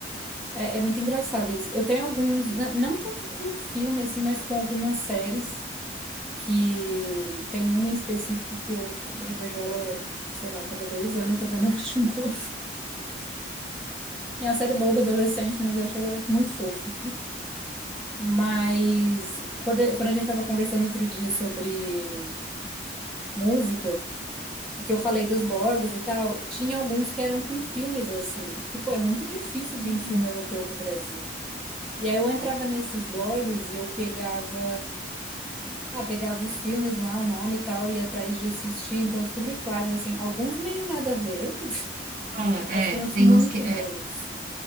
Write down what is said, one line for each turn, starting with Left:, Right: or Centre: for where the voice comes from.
Centre: É, é muito engraçado isso. Eu tenho alguns, n- não tanto com filme, assim, mas com algumas séries que tem uma em específico que eu revejo ela, sei lá, cada dois anos eu tô vendo ela <laughs> de novo. É uma série boba, adolescente, mas eu acho ela muito fofa. Mas quando, eu- quando a gente tava conversando outro dia sobre música, e que eu falei dos blogs e tal, tinha alguns que eram com filmes, assim. E, pô, é muito difícil vir
Right: Hum,
Centre: filme europeu pro Brasil. E aí eu entrava
Right: é.
Centre: nesses blogs e eu pegava Ah, pegava os filmes lá, o nome e tal, ia atrás de assistir. Então, eu descobri vários, assim, alguns meio nada a ver, <laughs>
Right: É,
Centre: mas tem
Right: é,
Centre: outros
Right: tem
Centre: muito
Right: uns que.
Centre: bons.